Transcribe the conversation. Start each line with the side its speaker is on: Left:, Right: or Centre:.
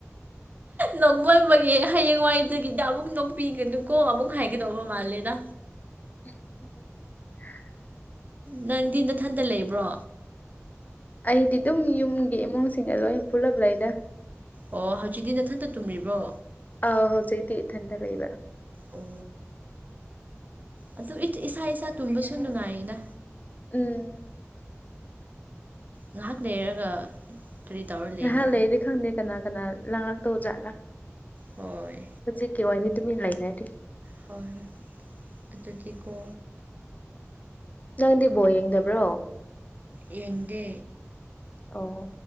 Right: ꯅꯣꯡꯃꯣꯟꯕꯒꯤ ꯍꯌꯦꯡꯋꯥꯏꯗꯒꯤꯗ ꯑꯃꯨꯛ ꯅꯣꯛꯄꯤꯒꯅꯨꯀꯣ ꯑꯃꯨꯛ ꯍꯥꯏꯒꯗꯧꯕ ꯃꯥꯜꯂꯦꯗ
Left: <inaudible>
Right: ꯅꯪꯗꯤ ꯅꯊꯟꯗ ꯂꯩꯕ꯭ꯔꯣ
Left: ꯑꯩꯗꯤ ꯑꯗꯨꯝ ꯌꯨꯝꯒꯤ ꯏꯃꯨꯡꯁꯤꯡꯗ ꯂꯣꯏ ꯄꯨꯜꯂꯞ ꯂꯩꯗ
Right: ꯑꯣ ꯍꯧꯖꯤꯛꯇꯤ ꯅꯊꯟꯇ ꯇꯨꯝꯔꯤꯕ꯭ꯔꯣ
Left: ꯑꯥ ꯍꯧꯖꯤꯛꯇꯤ ꯏꯊꯟꯇ ꯂꯩꯕ꯭ꯔ
Right: ꯑꯣ ꯑꯗꯨ ꯏꯁꯥ ꯏꯁꯥ ꯇꯨꯝꯕꯁꯨ ꯅꯨꯡꯉꯥꯏꯌꯦꯗ
Left: ꯎꯝ
Right: ꯉꯥꯏꯍꯥꯛ ꯂꯩꯔꯒ ꯀꯔꯤ ꯇꯧꯔ ꯂꯩꯅꯤ
Left: ꯉꯥꯏꯍꯥꯛ ꯂꯩꯔꯗꯤ ꯈꯪꯗꯦ ꯀꯅꯥ ꯀꯅꯥ ꯂꯥꯡꯂꯥꯡꯛꯇꯧ ꯖꯥꯠꯂꯥ
Right: ꯍꯣꯏ
Left: ꯍꯧꯖꯤꯛ ꯀ ꯋꯥꯅꯤ ꯇꯨꯃꯤ ꯂꯩꯅꯗꯤ
Right: ꯍꯣꯏ ꯍꯣꯏ ꯑꯗꯨ ꯆꯀꯣ
Left: ꯅꯪꯗꯤꯕꯣ ꯌꯦꯡꯗꯕ꯭ꯔꯣ
Right: ꯑꯦꯟꯗ
Left: ꯑꯣ